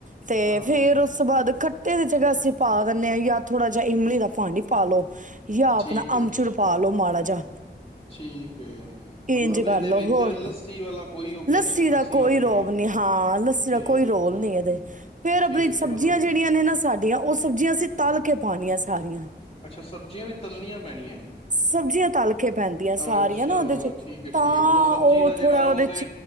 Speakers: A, on the right; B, on the left.
A: ਤੇ
B: ਹਾਂ
A: ਫੇਰ ਉਸ ਤੋਂ ਬਾਅਦ ਖੱਟੇ ਦੇ ਚ ਅਸੀਂ ਪਾ ਦਿੰਦੇ ਹਾਂ ਜਾਂ ਥੋੜ੍ਹਾ ਜਿਹਾ ਇਮਲੀ ਦਾ ਪਾਨੀ ਪਾ ਲਉ। ਯਾਂ ਆਪਣਾ
B: ਠੀਕ ਹੈ
A: ਅਮਚੁਰ ਪਾ ਲੋ ਮਾੜਾ ਜਾ
B: ਠੀਕ ਏ,
A: ਇੰਝ
B: ਮਤਲਬ
A: ਕਰ
B: ਇਹਦੇ
A: ਲੋ
B: ਵਿੱਚ
A: ਹੋਰ
B: ਲੱਸ ਸੀ ਵਾਲਾ ਕੋਈ ਓਬਜੈਕਸ਼ਨ
A: ਲੱਸੀ ਦਾ ਕੋਈ
B: ਵਾਲਾ ਨਹੀਂ
A: ਰੋਲ
B: ਹੈ
A: ਨੀ, ਹਾਂ ਲੱਸੀ
B: ਠੀਕ
A: ਦਾ ਕੋਈ ਰੋਲ
B: ਹੈ ਠੀਕ
A: ਨੀ
B: ਹੈ
A: ਇਹਦੇ ਫੇਰ
B: ਠੀਕ
A: ਆਪਣੀ ਸਬਜ਼ੀਆਂ
B: ਹੈ ਮਤਲਬ
A: ਜਿਹੜੀਆਂ ਨੇ ਨਾ ਸਾਡੀਆਂ ਉਹ ਸਬਜ਼ੀਆਂ ਅਸੀਂ ਤਲ ਕੇ ਪਾਉਣੀਆਂ ਸਾਰੀਆਂ।
B: ਅੱਛਾ ਸਬਜ਼ੀਆਂ ਵੀ ਤਲਣੀਆਂ ਪੈਣੀਆਂ।
A: ਸਬਜ਼ੀਆਂ ਤਲ ਕੇ ਪੈਂਦੀਆਂ ਸਾਰੀਆਂ
B: ਅੱਛਾ
A: ਨਾ ਉਹਦੇ ਚ
B: ਠੀਕ ਹੈ,
A: ਤਾਂ
B: ਠੀਕ ਹੈ, ਮਤਲਬ ਸਬਜ਼ੀ
A: ਉਹ
B: ਦਾ ਜਿਹੜਾ
A: ਥੋੜਾ
B: ਓ
A: ਉਹਦੇ
B: ਵੇ